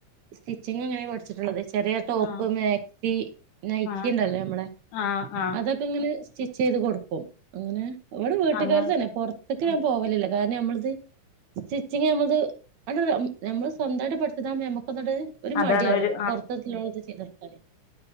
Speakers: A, on the right; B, on the left.
A: സ്റ്റിച്ചിങ് അങ്ങനെ പഠിച്ചിട്ടുള്ളത്. ചെറിയ ടോപ്പ്,
B: ആഹ്
A: മാക്സി, നയിറ്റിണ്ടല്ലോ
B: ആഹ്
A: നമ്മളെ
B: ആഹ് ആഹ്
A: അതൊക്കെ ഇങ്ങനെ സ് സ്റ്റിച്ച് ചെയ്ത് കൊടുക്കും. അങ്ങനെ ഇവിടെ വീട്ടുകാര്തന്നെ
B: അങ്ങനെ
A: പൊർ ത്ത്ക്ക് ഞാൻ പോവലില്ല. കാരണം നമ്മളത് സ്റ്റിച്ചിങ് നമ്മളത് അണ്ട് ഞമ്മള് സ്വന്തായിട്ട് പഠിച്ചതാകുമ്പ ഞമ്മ ക്കൊന്നാണ്ട് ഒരു
B: അതാണ്
A: മടിയാണ്.
B: ഒരു
A: പൊറത്ത്ക്ക്ല്ലോൽത് ചെയ്തൊട്ക്കാന്